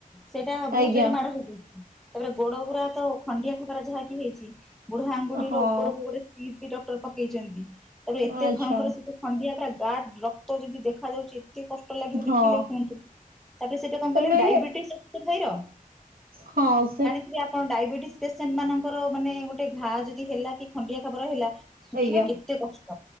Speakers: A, in the centre; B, on the right.
A: ସେଇଟା ବହୁତ୍
B: ଆଜ୍ଞା
A: ଜୋରେ ମାଡ଼ ହେଇଯାଇଛି ତାପରେ ଗୋଡ ଗୁରା ତ ଖଣ୍ଡିଆ ତାଙ୍କର ଯାହାକି ହେଇଛି ବୁଢା ଆଙ୍ଗୁଡିର
B: ହଁ
A: ଉପରକୁ ଗୋଟେ ଟିଚି ଡକ୍ଟର ପକେଇ ଚନ୍ତି ତାପରେ
B: ଆଚ୍ଛା
A: ତା ଖଣ୍ଡିଆ ଟା ଯା ରକ୍ତ ଯଦି ଦେଖାଯାଉଛି ଏତେ କ ଷ୍ଟ ଲାଗିବ
B: ହଁ
A: ଦେଖିଲେ କୁହନ୍ତୁ ତାପରେ ସେଟା କଣ
B: ତାପରେ
A: କଲେ ଡାଇବେଟିସ୍‌ ଅଛି ତ ଭାଇର।
B: ହଁ ସେ
A: ଯଦି ଆପଣ ଡାଇବେଟିସ୍ ପେସେଣ୍ଟ ମାନଙ୍କର ମାନେ ଗୋଟେ ଘା ଯଦି ହେଲା କି ଖଣ୍ଡିଆ ଖାବର ହେଲା ଶୁଖିବା
B: ଆଜ୍ଞା
A: କେତେ କଷ୍ଟ